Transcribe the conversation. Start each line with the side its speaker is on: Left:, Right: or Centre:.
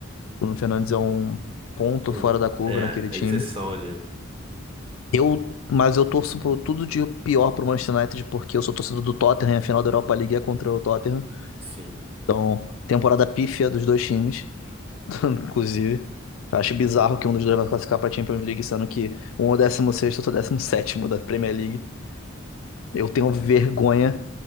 Left: Bruno Fernandes é um ponto
Right: O-
Left: fora da curva
Right: É,
Left: naquele time.
Right: a exceção ali.
Left: Eu, mas eu torço por tudo de pior pro Manchester United, porque eu sou torcedor do Tottenham, a final da Europa League é contra o Tottenham.
Right: Sim.
Left: Então, temporada pífia dos dois times, <laughs> inclusive. Eu acho bizarro que um dos dois vai classificar pra Champions League, sendo que um é o 16 outro é o décimo sétimo da Premier League. Eu tenho vergonha